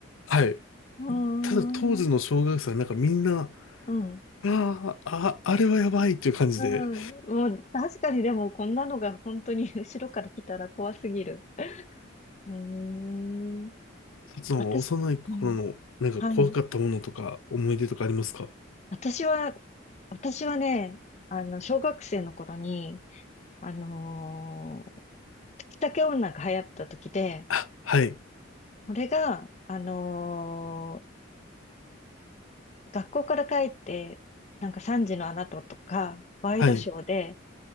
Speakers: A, on the left; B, on the left.
A: はい。
B: うーん。
A: ただ当時の小学生はなんかみんな、
B: うん。
A: ああ、あ、あれはやばいっていう感じで、
B: うん。もう、確かにでも、こんなのが本当に <laughs> 後ろから来たら怖すぎる。うーん。
A: その幼い頃のなんか怖かったものとか思い出とかありますか
B: 私、うん、はい。私は、私はね、あの、小学生の頃に、あのー、月竹女が流行った時で、
A: あ、はい、
B: これが、あのー学校から帰って、なんか3時のあなたとか、ワイドショーで、
A: はい、